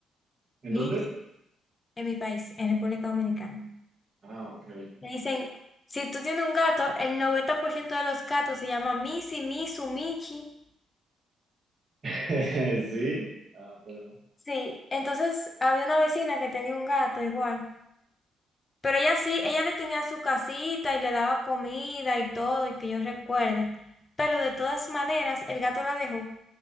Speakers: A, on the right (about 35°); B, on the left (about 30°).
A: ¿En
B: Michi,
A: dónde?
B: en mi país, en República Dominicana.
A: Ah, ok.
B: Le dicen, si tú tienes un gato, el 90% de los gatos se llaman Missy, Misu, Michi.
A: <laughs> Sí, ah, pero
B: Sí, entonces había una vecina que tenía un gato igual, pero ella sí, ella le tenía su casita y le daba comida y todo, y que yo recuerde, pero de todas maneras el gato la dejó